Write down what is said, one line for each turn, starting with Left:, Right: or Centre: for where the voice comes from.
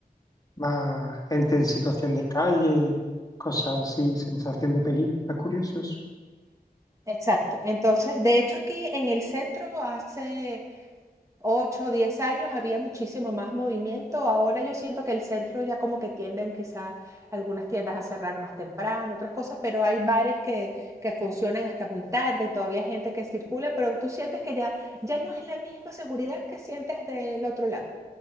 Left: más gente en situación de calle y cosas así, sensación de peligro. Es curioso eso.
Right: Exacto. Entonces, de hecho, aquí en el centro hace 8 o 10 años había muchísimo más movimiento. Ahora yo siento que el centro ya como que tienden quizás algunas tiendas a cerrar más temprano, otras cosas, pero hay bares que, que funcionan hasta muy tarde y todavía hay gente que circula, pero tú sientes que ya, ya no es la misma seguridad que sientes del otro lado.